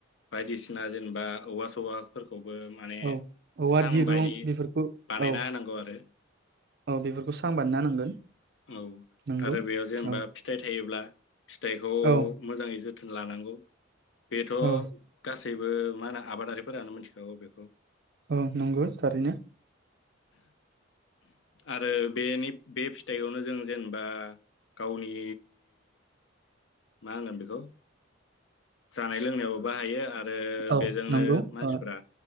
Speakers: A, on the left; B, on the right.
A: बायदिसिना जेनेबा औवा सौवाफोरखौ खौबो माने
B: औ औवा
A: सां
B: दिरुं
A: बायदि
B: बेफोरखौ
A: बानायना
B: औ
A: होनांगौ आरो
B: औ बेफोरखौ सां बानायना होनांगोन
A: औ
B: नंगौ
A: आरो बेयाव जेनेबा
B: औ
A: फिथाइ थायोब्ला फिथाइखौ
B: औ
A: मोजाङै जो जोथोन लानांगौ। बेथ' गा
B: औ
A: गासैबो मा होनो आबादारिफोरानो मोनथि औ बेखौ
B: औ नंगौ थारैनो
A: आरो बेनि बे फिथाइयावनो जों जेनेबा गावनि मा होनगोन बेखौ जानाय लोंनायावबो बाहायो आरो
B: औ
A: बेजोंनो
B: नंगौ
A: मानसिफ्रा
B: ओ